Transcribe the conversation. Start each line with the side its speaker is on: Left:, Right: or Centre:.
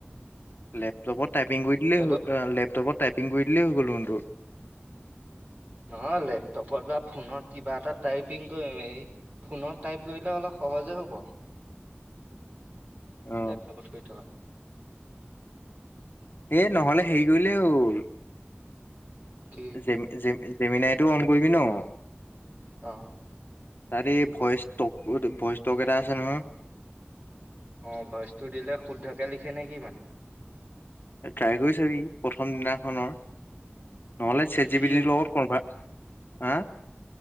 Left: লেপটপত টাইপিং কৰি দিলেই
Right: হেল্ল'
Left: হ'ল, লেপটপত টাইপিং কৰি দিলেই হৈ গ'ল দেখোন তোৰ।
Right: নহয় লেপটপত বা ফোনত কিবা এটা টাইপিং কৰিবি। ফোনত টাইপ কৰিলে অলপ সহজেই হ'ব।
Left: অ
Right: লেপটপত কৰি থকাতকে।
Left: এ, নহ'লে হেৰি কৰিলেই হ'ল
Right: কি
Left: জেম জে জেমিনাইটো অন কৰিবি ন'?
Right: অ'।
Left: তাৰে এই ভইচ টক, ভইচ টক এটা আছে নহয়?
Right: অ' ভইচটো দিলে শুদ্ধকে লিখে নেকি মানে?
Left: ট্ৰাই কৰি চাবি প্ৰথম দিনাখনৰ। নহ'লে চেট জিপিটিৰ
Right: কি হয়
Left: লগত কনভা হা?